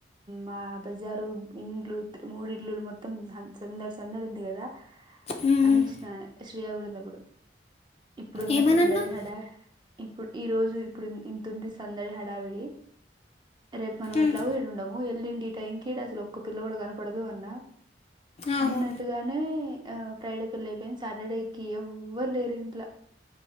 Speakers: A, on the right; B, on the left.
A: మా బజారు ఇండ్లు మూడిడ్లులు మొత్తం సంద సందడి ఉంది కదా
B: ఉమ్,
A: అనేసిన
B: ఉమ్.
A: శ్రీయా కూడా ఉంది అప్పుడు ఇప్పుడున్న
B: ఏమనన్నావు
A: సందడి హడా ఇప్పుడు ఈ రోజు ఇప్పుడు ఇంత ఉంది సందడి హడావిడి రేపు మనం
B: ఉమ్,
A: ఎట్లాగో ఈడుండము వెళ్ళిండి ఈ టైంకి అసలు ఒక్క పిల్ల కూడా కనపడదు అన్నా
B: అవును
A: అన్నట్టుగానే ఆ ఫ్రైడే పెళ్లి అయిపోయింది సాటర్డేకిి ఎవ్వరు లేరు అట్ల